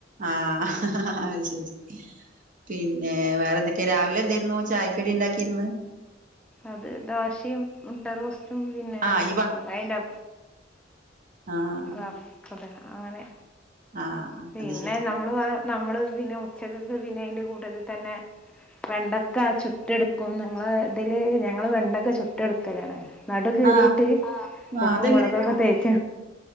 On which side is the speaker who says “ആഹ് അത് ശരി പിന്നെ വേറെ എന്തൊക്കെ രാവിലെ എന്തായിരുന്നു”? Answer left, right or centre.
Right